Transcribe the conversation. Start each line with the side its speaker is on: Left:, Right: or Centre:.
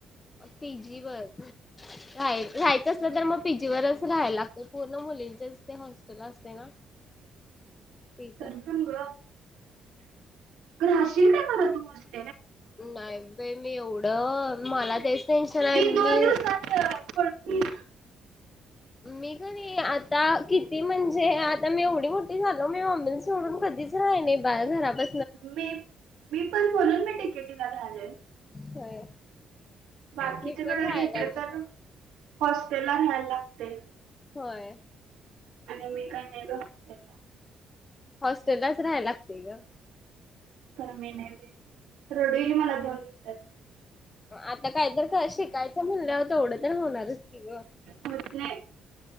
Left: पीजी वर राय राहायचं असलं तर मग पीजी वरच राहायला लागत पूर्ण मुलींचेच ते हॉस्टेल असते ना तिथं.
Right: तरीपण ग रहाशील काय खरं तू अशी
Left: नाही बई मी एवढं मला तेच टेन्शन आहे मी
Right: दोन दिवसात अं, पळून येईन.
Left: मी क नाही आता किती म्हणजे आता मी एवढी मोठी झालो मी मम्मी सोडून कधीच राहि नाही बा घरापा
Right: मी मी पण बोलून मी डी. के. टी. ला घ्यालोय.
Left: होय
Right: बाकीच्याकड
Left: मी पण राहायला
Right: घेतलं तर हॉस्टेल ला रायला लागतय.
Left: होय.
Right: आणि मी काय नाही बा हॉस्टेल ला
Left: हॉस्टेलाच राहायला लागतय ग
Right: खरं मी नाहीे बाई रडू इल मला दोन दिवसात.
Left: आता कायतर शिकायचं म्हणल्याव तेवढं तर होणारच कि ग
Right: होत नाही